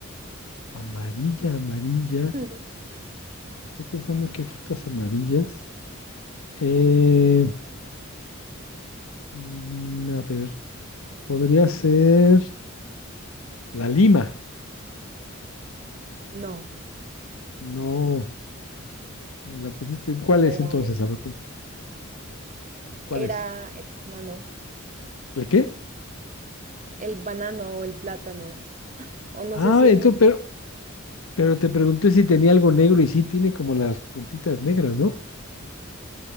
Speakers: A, on the left; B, on the right.
A: Amarilla, amarilla.
B: <laughs>
A: Estoy pensando en qué frutas amarillas. Eh, mm, a ver, podría ser la lima.
B: no,
A: No, me la pusiste. ¿Cuál
B: pero
A: es entonces?
B: bueno,
A: A ver, cu- ¿cuál
B: era
A: es?
B: el banano,
A: ¿El qué?
B: el banano o el plátano, o no
A: Ah,
B: sé si en
A: entonces, pero, pero te pregunté si tenía algo negro y sí tiene como las puntitas negras, ¿no?